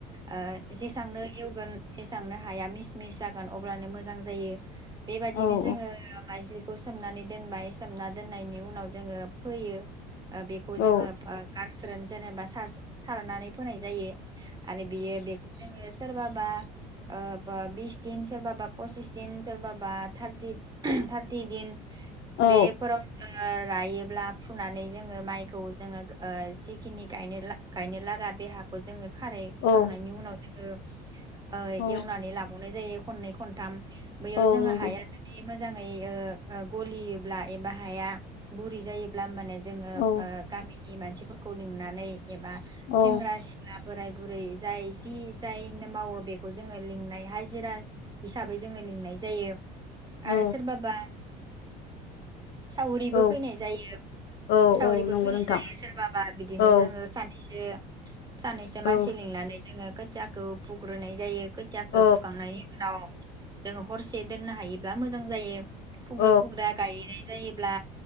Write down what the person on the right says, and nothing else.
ओ जेसांनो एवगोन एसांनो हाया मिस मिस जागोन अब्लानो मोजां जायो। बेबायदिनो
जोङो माइज्लि खौ सोमनानै दोनबाय सोमना दोननायनि उनाव जोङो फोयो। ओ बेखौ जोङो
ब्रा गारस्रोन जेनेबा सारस सारनानै फोनाय जायो। आरो बेयो बेखौ जोङो। सोरबाबा ओ बा बिस दिन सोरबाबा पसिस दिन सोरबाबा थार्टि थार्टि दिन
बेफोराव ओ रायोब्ला फुनानै जोङो माइखौ जोङो ओ जिखिनि गायनो लाग गायनो लागा बे हाखौ जोङो खारायखांनायनि
उनाव जोङो ओ
एवनानै लाबावनाय जायो। खननै खनथाम। बैयाव
जोङो
हाया जुदि मोजां जाङै ओ-ओ गलियोब्ला एबा हाया गुरै जायोब्ला माने जोङो
ओ गामिनि मानसिफोरखौ लिंनानै एबा
सेंग्रा सिख्ला बोराय बुरै जाय जि जायनो मावो बेखौ जोङो लिंनाय हाजिरा हिसाबै जोङो लिंनाय जायो।
आरो सोरबाबा सावरिबो
फैनाय जायो
सावरिबो
फैनाय
जायो सोरबाबा बिदिनो
जोङो सानैजों सानैसो मानसि
लिंनानै जोङो खोथियाखौ फुग्रोनाय जायो खोथियाखो
फुखांनायनि उनाव जोङो हरसे दोननो हायो बा मोजां जायो फुग्रो
फुग्रा गायनाय जायोब्ला